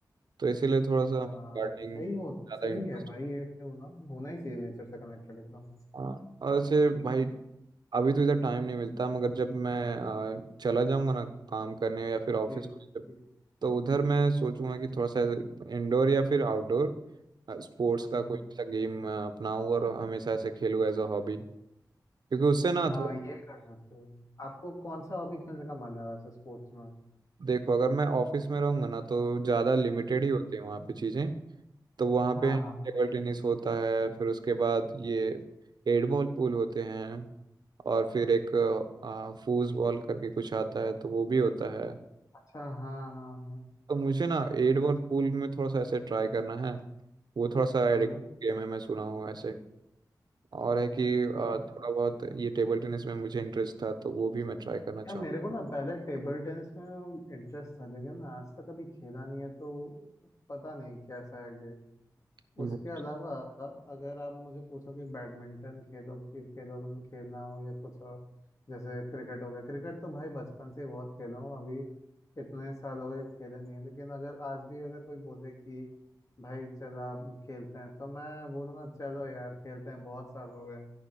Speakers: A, on the right (about 70°); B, on the left (about 45°).
A: तो इसीलिए थोड़ा सा
B: हाँ
A: गार्डनिंग
B: सही
A: ज़्यादा
B: हो सही
A: इंटरेस्ट
B: है भाई ये होना होना ही चाहिए नेचर से कनेक्टेड एकदम
A: हाँ और ऐसे भाई अभी तो इधर टाइम नहीं मिलता मगर जब मैं आ, चला जाऊंगा ना काम करने या फिर ऑफिस
B: जी जी
A: तो उधर मैं सोचूंगा कि थोड़ा सा इंडोर या फिर आउटडोर स्पोर्ट्स का
B: हम्म
A: कोई सा गेम अपनाऊं और हमेशा ऐसे खेलूं एज अ हॉबी क्योंकि उससे ना
B: हाँ
A: थोड़ा
B: ये कर सकते हो आपको कौन सा हॉबी खेलने का मन है वैसे स्पोर्ट्स में
A: देखो अगर मैं ऑफिस में रहूंगा ना तो ज़्यादा लिमिटेड ही होती है वहाँ पे चीज़ें तो वहाँ
B: हाँ
A: पे टेबल
B: हाँ
A: टेनिस होता है फिर उसके बाद ये एट बॉल पूल होते हैं और फिर एक आ, फूज बॉल करके कुछ आता है तो वो भी होता है
B: अच्छा हाँ हाँ हाँ
A: तो मुझे ना एट बॉल पूल में थोड़ा सा ऐसे ट्राई करना है वो थोड़ा सा एडिक्टिव
B: हम्म
A: गेम है मैं सुना हूँ ऐसे और है कि आ,
B: ओ,
A: थोड़ा बहुत ये टेबल टेनिस में मुझे इंटरेस्ट था तो वो भी मैं ट्राई करना चाहूँ
B: यार मेरे को ना पहले टेबल टेनिस में इंटरेस्ट था लेकिन आज तक कभी खेला नहीं है तो पता नहीं कैसा है
A: वो-
B: उसके अलावा अगर आप मुझे पूछो कि बैडमिंटन खेलो कि खेलो खेलना हो या कुछ और जैसे क्रिकेट हो गया क्रिकेट तो भाई बचपन से ही बहुत खेला हूँ अभी इतने साल हो गए खेले नहीं है लेकिन अगर आज भी अगर कोई बोले कि भाई चल आप खेलते हैं तो मैं बोलूँगा चलो यार खेलते हैं बहुत साल हो गए